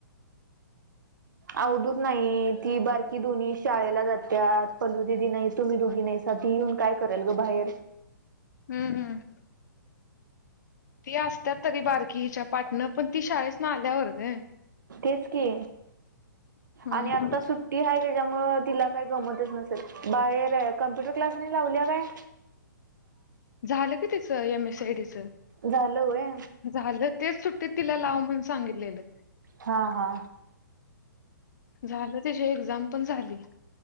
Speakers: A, on the right; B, on the left.
A: अवधूत नाही ती बारकी दोन्ही शाळेला जात्यात. पल्लू दीदी नाही तुम्ही दोघी नाही सा ती येऊन काय करेल ग बाहेर.
B: हम् हम्म ती असत्यात तरी बारकी हीच्या पाटन पण ती शाळेेत ना आल्यावर गं.
A: तेच की
B: हम्म
A: आणि आता
B: हम्म
A: सुट- ती आहेय त्याच्यामुळं तिला काही गमतच नसेल बाहेर कम्प्युटर क्लासनी लावली काय?
B: झालं की त्याच एम एस टी च
A: झालं होय.
B: झालं तेच सुट्टीत तिला लाव म्हणून सांगितलंय.
A: हा हा
B: झालं त्याची एक्झाम पण झाली.